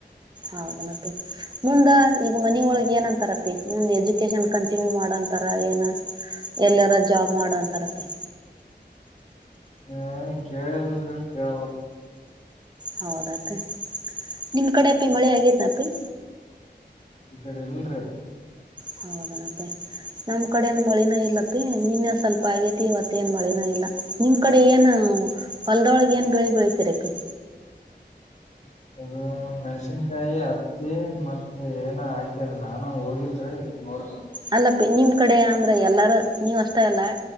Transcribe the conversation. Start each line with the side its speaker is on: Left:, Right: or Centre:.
Right: ಹೌದನಪ್ಪಿ ಮುಂದ ಈಗ ಮನಿಯ ಒಳಗ್ ಏನಂತಾರಪಿ ಮುಂದ್ ಎಜುಕೇಶನ್ ಕಂಟಿನ್ಯೂ ಮಾಡದ ಏನ ಎಲ್ಲಾರ ಜಾಬ್ ಮಾಡೋಂತರ ಅಪಿ
Left: ಹ ಕೇಳಿ ಡ್ರಿ ಕೇಳಬೇಕು
Right: ಹೌದ ಅಪಿ ನಿಮ್ ಕಡೆ ಅಪಿ ಮಳೆ ಆಗೇತ್ನ ಅಪಿ
Left: ಇ ಕಡೆ ಇಲ್ರಿ
Right: ಹೌದನ ಅಪಿ ನಮ್ ಕಡೆನ ಮಳಿನ ಇಲ್ಲಪ ನಿನ್ನೆ ಸ್ವಲ್ಪ ಆಗೇತಿ ಇವತ್ತ ಏನ್ ಮಳನ ಇಲ್ಲ ನಿಮ್ ಕಡೆ ಏನ ಹ ಹೊಲ್ದೊಳಗೆ ಏನ್ ಬೆಳಿ ಬೆಳತಿರ ಅಪ್ಪಿ
Left: ಅದು ಮೆಣಸಿನ್ಕಾಯಿ ಹತ್ತಿ ಮತ್ ಏನ ಹಾಕ್ಯಾರ ನಾನನ್ ಹೋಗಿಲ್ರಿ ನೋಡ್ಬೇಕ್
Right: ಅಲ್ಲ ಅಪ್ಪಿನಿಮ್ಮ ಕಡೆ ಅಂದ್ರೆ ಎಲ್ಲಾರ ನೀವ ಅಷ್ಟ ಅಲ್ಲ